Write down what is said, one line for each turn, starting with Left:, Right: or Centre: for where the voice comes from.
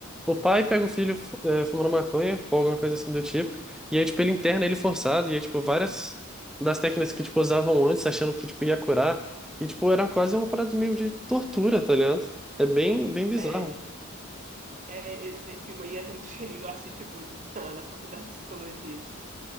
Centre: o pai pega o filho fu- eh, fumando maconha ou alguma coisa assim do tipo, e aí tipo ele interna ele forçado, e aí tipo várias das técnicas que tipo usavam antes, achando que tipo ia curar, e tipo era quase uma parada meio de tortura, tá ligado? É bem bem bizarro.
Right: é, é, esse esse filme aí a gente <laughs> assiste muito na, na faculdade de psicologia.